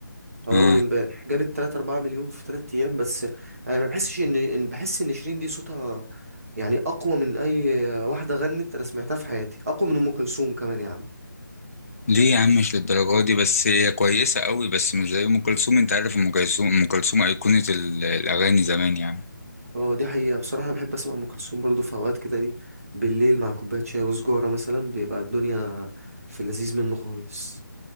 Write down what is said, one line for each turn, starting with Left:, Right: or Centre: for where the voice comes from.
Right: او
Left: اه
Right: اول امبارح جابت 3 4 مليون في 3 ايام بس انا ما بحسش ان إن- بحس ان شيرين دي صوتها يعني اقوى من اي واحدة غنت انا سمعتها في حياتي اقوى من ام كلثوم كمان يا عم
Left: ليه يا عم مش للدرجة دي بس هي كويسة قوي بس مش زي أم كلثوم أنت عارف أم كلثوم أم كلثوم أيقونة ال- الأغاني زمان يعني
Right: هو دي حقيقة بصراحة أنا بحب أسمع أم كلثوم برضه في أوقات كده إيه بالليل مع كوباية شاي وسجارة مثلا بيبقى الدنيا في اللذيذ منه خالص